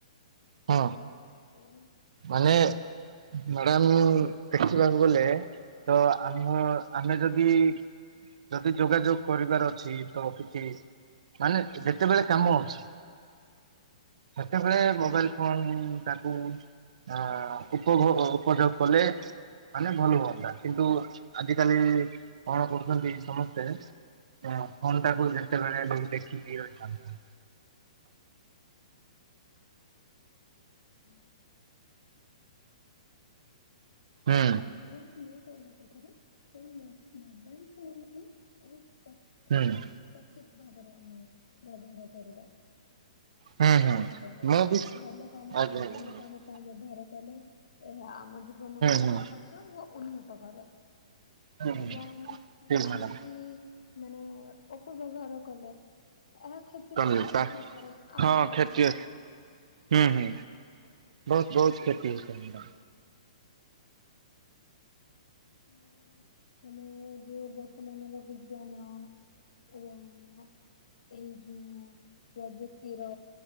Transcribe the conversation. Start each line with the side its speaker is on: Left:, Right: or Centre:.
Right: ହଁ
Left: ତେଣୁ
Right: ମାନେ ମ୍ୟାଡ଼ାମ ଦେଖିବାକୁ ଗଲେ ତ ଆମ ଆମେ ଯଦି ଯଦି ଯୋଗାଯୋଗ କରିବାର ଅଛି ତ କିଛି ମାନେ ଯେତେବେଳେ କାମ ଅଛି ସେତେବେଳେ ମୋବାଇଲ କଣ ତାକୁ ଅଁ ଉପଭୋଗ ଉପଯୋଗ କଲେ ମାନେ ଭଲ ହୁଅନ୍ତା କିନ୍ତୁ ଆଜିକାଲି କଣ କରୁଚନ୍ତି ସମସ୍ତେ ତ ଫୋନଟାକୁ ଯେତେବେଳେ ଯାଇ ଦେଖିକି ରହିଥାନ୍ତୁ।
Left: <unintelligible>
Right: ହୁଁ
Left: ମାନେ ଇଏ <unintelligible> କଥାଟା ତେଣୁ ମୋ ମୋବାଇଲ ଫୋନକୁ ମାନେ ତା
Right: ହୁଁ।
Left: ସଠିକ ଭାବରେ ଆମେ ବ୍ୟବହାର କରିବା।
Right: ହୁଁ
Left: ଉଚିତ
Right: ହୁଁ
Left: ଭାବରେ
Right: ମୁଁ ବି
Left: ଭଲ କାମ
Right: ଆଜ୍ଞା ଆଜ୍ଞା
Left: ଭଲ
Right: ହୁଁ
Left: କାମ ପାଇଁ ବ୍ୟବହାର କଲେ ଏହା ଆମ ଜୀବନକୁ
Right: ହୁଁ
Left: ସହଜ ଓ ଉନ୍ନତ କରେ।
Right: ହୁଁ
Left: ଏବଂ
Right: ଠିକ
Left: ଆମେ
Right: ମ୍ୟାଡ଼ାମ
Left: ଯଦି ମାନେ ଅପବ୍ୟବହାର କଲେ ଏହା କ୍ଷତିର
Right: କଲି
Left: କାରଣ
Right: ତା
Left: ହେଇପାରେ। ଆମ
Right: ହଁ
Left: ପାଇଁ
Right: କ୍ଷତି
Left: ହିଁ।
Right: ହୁଁ ହୁଁ
Left: ଆଜ୍ଞା।
Right: ବୋହୁତ ବୋହୁତ କ୍ଷତି ହୋଉଚି ଆମର।
Left: ହ ହ ମାନେ ଯୋଉ ବର୍ତ୍ତମାନର ବିଜ୍ଞାନ ଏବଂ ଏଇ ଯୋଉ ପ୍ରଯକ୍ତିର